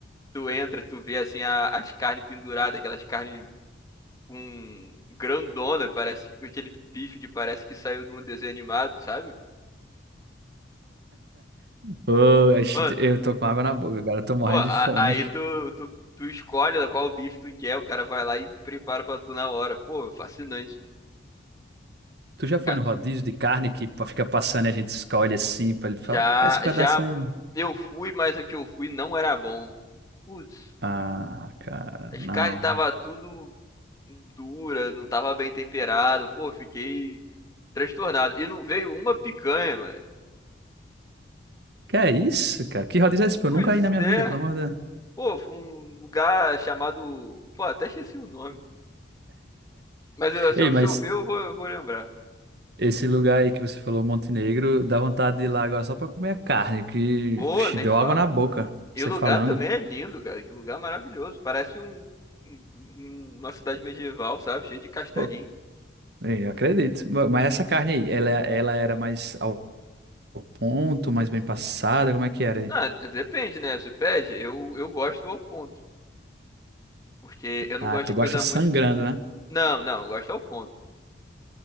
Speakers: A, on the left; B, on the right.
A: tu entra, tu vê, assim, a- as carnes penduradas, aquelas carnes com grandona, parece aquele bife que parece que saiu de um desenho animado, sabe?
B: Pô, ixi,
A: Mano,
B: eu tô com água na boca, cara. Eu tô morrendo
A: Pô, a-
B: de fome.
A: aí tu, tu, tu escolhe qual bife tu quer, o cara vai lá e prepara pra tu na hora. Pô, fascinante.
B: Tu já
A: E,
B: foi
A: ca-
B: no rodízio de carne que pa- fica passando e a gente escolhe assim pra ele falar,
A: já,
B: esse pedaço
A: já
B: aí.
A: eu fui, mas o que eu fui não era bom. Putz,
B: Ah, cara,
A: as
B: não.
A: carnes tava tudo dura, não tava bem temperado. Pô, fiquei transtornado. E não veio uma picanha, mano.
B: Que é isso, cara? Que rodízio é esse? Pô, Eu
A: Pois
B: nunca ia na minha
A: é.
B: vida, pelo amor de Deus.
A: Pô, foi um lugar chamado. Pô, até esqueci o nome. Mas eu- se
B: Ei,
A: eu,
B: mas.
A: se eu ver, eu vou, eu vou lembrar.
B: Esse lugar aí que você falou, Montenegro, dá vontade de ir lá agora só pra comer a carne, que
A: Pô,
B: vixe,
A: nem
B: deu
A: fala.
B: água na boca,
A: E
B: você
A: o lugar
B: falando.
A: também é lindo, cara. Que lugar maravilhoso. Parece um, um- um, uma cidade medieval, sabe? Cheio de castelinho.
B: Pô, é, eu acredito. Ma- Mas essa carne aí, ela, ela era mais ao ao ponto, mais bem passada, como é que era aí?
A: Ah, depende, né? Você pede, eu, eu gosto ao ponto. Porque eu não
B: Ah,
A: gosto
B: tu
A: de
B: gosta
A: coisa
B: sangrando,
A: muito.
B: né?
A: Não, não, eu gosto ao ponto.